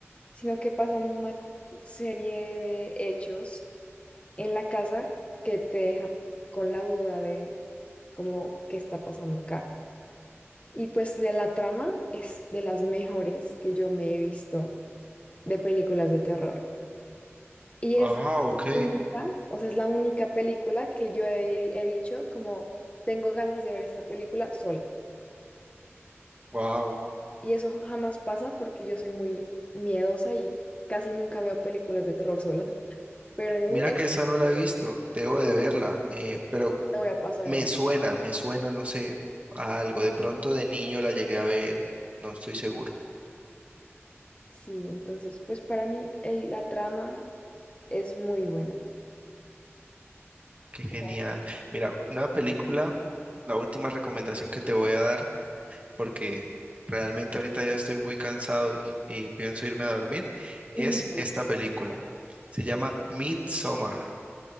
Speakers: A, on the left (about 30°); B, on the right (about 30°).
A: sino que pasan una serie de hechos en la casa que te deja con la duda de cómo qué está pasando acá. Y pues la la trama es de las mejores que yo me he visto de películas de terror. Y
B: Ah,
A: es la
B: ok.
A: única, o sea, es la única película que yo he, he dicho como tengo ganas de ver esta película sola.
B: Wow,
A: Y eso jamás pasa porque yo soy muy miedosa y casi nunca veo películas de terror sola. Pero en
B: mira
A: es-
B: que
A: es-
B: esa no la he visto, debo de verla, eh, pero
A: te voy a pasar
B: me
A: el
B: suena, me suena, no sé, a algo. De pronto de niño la llegué a ver, no estoy seguro.
A: Sí, entonces, pues para mí el- la trama es muy buena.
B: Qué genial.
A: Gracias.
B: Mira, una película, la última recomendación que te voy a dar, porque realmente ahorita ya estoy muy cansado y, y pienso irme a dormir, es
A: <laughs>
B: esta película. Se llama Midsommar.